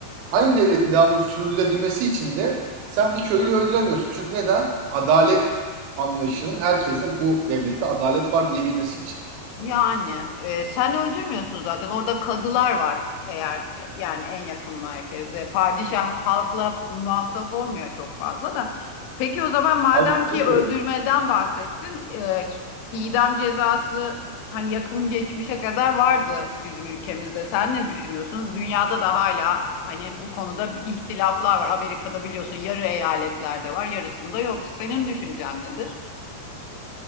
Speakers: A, on the right (about 85°); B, on the left (about 85°).
A: aynı devletin devamını sürdürebilmesi için de sen bir köylüyü öldüremiyorsun. Çünkü neden? Adalet anlayışının herkese bu devlette adalet var diyebilmesi için.
B: Yani e, sen öldürmüyorsun zaten. Orada kadılar var eğer e, yani en yakın merkezde. Padişah halkla muhatap olmuyor çok fazla da. Peki o zaman madem
A: Ay,
B: ki
A: ne
B: öldürmeden
A: diyorum?
B: bahsettin, e, su- idam cezası hani yakın geçmişe kadar vardı bizim ülkemizde. Sen ne düşünüyorsun? Dünyada da hala hani bu konuda bir ihtilaflar var. Amerika'da biliyorsun yarı eyaletlerde var, yarısında yok. Senin düşüncen nedir?